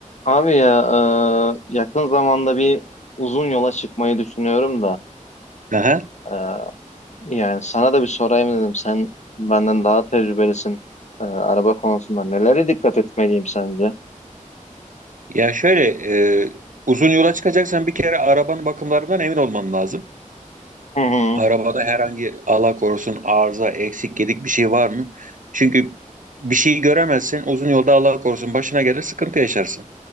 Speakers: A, on the left; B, on the right.
A: Abi ya e, yakın zamanda bir uzun yola çıkmayı düşünüyorum da
B: Aha.
A: e, yani sana da bir sorayım dedim. Sen benden daha tecrübelisin e, araba konusunda. Nelere dikkat etmeliyim sence?
B: Ya şöyle e, uzun yola çıkacaksan bir kere arabanın bakımlarından emin olman lazım.
A: Hı hı.
B: Arabada herhangi Allah korusun arıza, eksik, gedik bir şey var mı? Çünkü bir şey göremezsen uzun yolda Allah korusun başına gelir sıkıntı yaşarsın.